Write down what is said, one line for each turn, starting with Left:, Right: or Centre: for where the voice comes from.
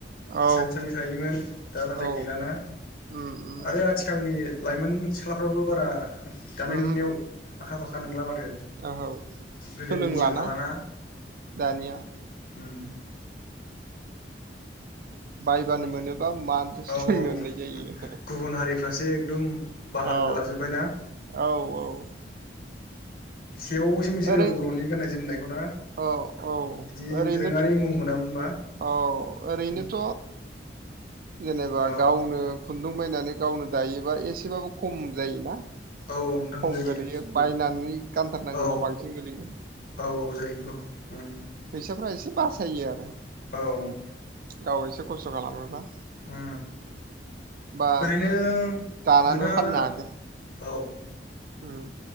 Right: औ
Left: इसानसालि थायोमोन दा नाथाय
Right: औ
Left: गैलाना
Right: उम उम
Left: आरो आथिखालनि लाइमोन सिख्लाफ्राबो बारा दानाय
Right: उमहो
Left: लुनायाव आखा फाखा नोंला माथो
Right: औ औ
Left: गोदोनि
Right: सोलोंलाना
Left: जों हालाना
Right: दानिया
Left: ओम
Right: बायबानो
Left: ओम
Right: मोनोबा मानोथो सोलोंनो
Left: औ औ ओम
Right: होननाय जायो
Left: गुबुन हारिफ्रासो एकदम बाहागो
Right: औ
Left: लोगो लाजोबबायना
Right: औ औ
Left: सेबायोसो मोनसोरो
Right: ओरै
Left: बर'नि गाननाय जोमनायखौ ना
Right: औ औ
Left: बिदि
Right: ओरैनो
Left: दोरोङारि मुं मोनामोनबा
Right: औ ओरैनोथ'
Left: उम
Right: जेनेबा
Left: औ
Right: गावनो खुन्दुं बायनानै गावनो दायोबा एसेबाबो खम जायोना
Left: औ नोंथां
Right: खम
Left: जायो
Right: गोलैयो बायनानै गानथारनांगौबा
Left: औ
Right: बांसिन गोलैयो
Left: औ औ जायोथ'उम
Right: फैसाफ्रा एसे बासायो आरो
Left: औ
Right: गाव एसे खस्थ' खालामोबा
Left: ओ
Right: बा
Left: ओरैनो
Right: दानानैबो
Left: नोंथांआ
Right: फाननो हागोन
Left: औ
Right: उम